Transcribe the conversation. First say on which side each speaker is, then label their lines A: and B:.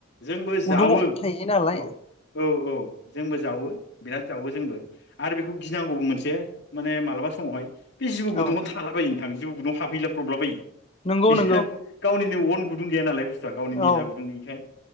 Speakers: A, on the left; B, on the left.
A: जोंबो
B: गुदुङाव
A: जावो
B: थायो नालाय
A: औ औ औ। जोंबो जावो बिराद जावो जोंबो आरो बेखौ गिनांगौ मोनसे माने मालाबा समावहाय बे जिबौ गुदुंआव
B: औ
A: थालाबायो। <inaudible> गुदुङाव हाबहैलाब्रबला बायो।
B: नंगौ
A: बिसा
B: नंगौ
A: गावनिनो <inaudible> गुदुं गैया नालाय गावनि निजा
B: औ
A: गुुं गैयैखाय